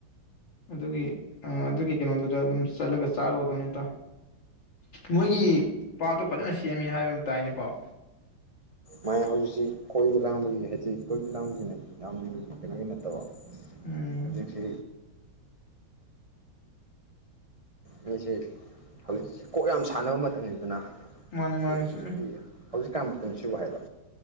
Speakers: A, on the left; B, on the right.
A: ꯑꯗꯨꯒꯤ ꯑ ꯑꯗꯨꯒꯤ ꯀꯩꯅꯣ ꯗꯨꯗ ꯗꯨꯝ ꯆꯠꯂꯒ ꯆꯔꯨꯔ꯭ꯗꯕꯅꯤ ꯏꯇꯎ ꯃꯣꯒꯤ ꯄꯠꯇꯣ ꯐꯖꯦꯟꯅ ꯁꯦꯝꯃꯤ ꯍꯩꯕ ꯑꯃ ꯇꯥꯏꯅꯦ ꯄꯥꯎ
B: ꯃꯥꯏ ꯍꯧꯖꯤꯛꯁꯤ ꯀꯣꯏꯕ ꯂꯥꯡꯕꯒꯤ ꯀꯣꯏꯕ ꯂꯟꯕꯖꯦꯅꯗꯤ ꯌꯥꯝ ꯀꯩꯅꯣꯒꯤ ꯅꯠꯇꯕ
A: ꯎꯝ
B: ꯍꯧꯖꯤꯛꯁꯤ ꯍꯧꯖꯤꯛꯁꯦ ꯍꯧꯖꯤꯛ ꯀꯣꯛ ꯌꯝ ꯃꯔꯝꯅꯤ ꯑꯗꯨꯅ
A: ꯃꯥꯅꯤ ꯃꯥꯅꯤ
B: ꯍꯧꯖꯤꯛꯀꯤ
A: ꯆꯨꯝꯃꯤ
B: ꯍꯧꯖꯤꯛꯀꯟꯁꯤꯕꯣ ꯍꯥꯏꯕ